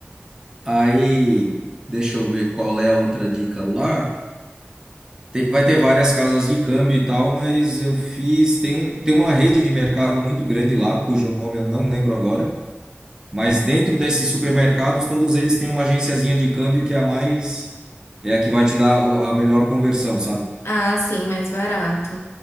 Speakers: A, on the right; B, on the left.
A: Aí, deixa eu ver qual é a outra dica lá. Tem- vai ter várias casas de câmbio e tal, mas eu fiz. Tem um, tem uma rede de mercado muito grande lá, cujo nome eu não lembro agora. Mas dentro desses supermercados, todos eles têm uma agenciazinha de câmbio que é a mais. É a que vai te dar o- a melhor conversão, sabe?
B: Ah, sim, mais barato.